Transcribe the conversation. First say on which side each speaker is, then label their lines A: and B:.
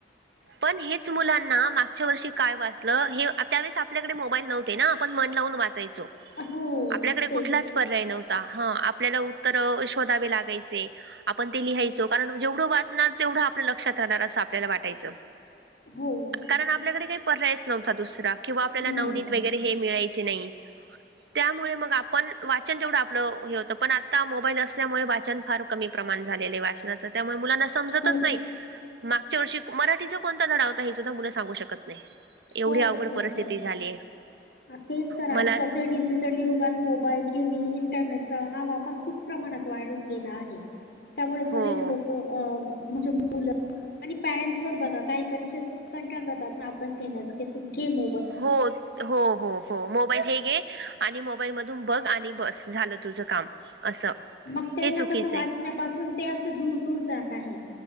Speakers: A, on the right; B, on the left.
A: पण हेच मुलांना मागच्या वर्षी काय वाचलं हे त्यावेळेस आपल्याकडे मोबाईल नव्ह, ते ना आपण मन लावून वाचायचो
B: हो
A: आपल्याकडे
B: तेच
A: कुठलाच, नव्हता ह आपल्याला उत्तर शोधावे लागायचे. आपण ते लिहायचो कारण जेवढं वाचणार तेवढं आपलं लक्षात राहणार असं आपल्याला वाटायचं.
B: हो
A: कारण आपल्याकडे काही पर्यायच नव्हता दुसरा किंवा आपल्याला
B: नाही
A: नवनीत वगैरे, हे मिळायच नाही त्यामुळे म आपण वाचन तेवढं आपलं हे होतं पण आता मोबाईल असल्यामुळे वाचन फार कमी प्रमाण झाले वाचनाच त्यामुळे मुलाना समजतच
B: खूप
A: नाही. मागच्या वर्षी मराठीचा कोणता धडा होता हे सुद्धा मुला सांगू शकत नाही. एवढी
B: हो
A: अवघड
B: बरोबर
A: परिस्थिती झालीय
B: तेच तर
A: मला
B: आजच डिजिटल युगात मोबाईल टीव्ही इंटरनेटचा हा वापर खूप प्रमाणात वाढून गेला आहे. त्यामुळे बरेच
A: हो
B: लोक अ म्हणजे मुलं आणि पॅरें्स वर बघा काही पॅरेंट्स कंटाळा करतात ना अभ्यास घेण्याच क गेम
A: हो हो हो हो मोबाईल हे घे आणि मोबाईल मधून बघ आणि बस झालं तुझं काम असं.
B: मग त्यांना
A: हे चुकीचं
B: कसं वाचण्यापासून
A: आहे
B: ते असं दूर दूर जात आहे.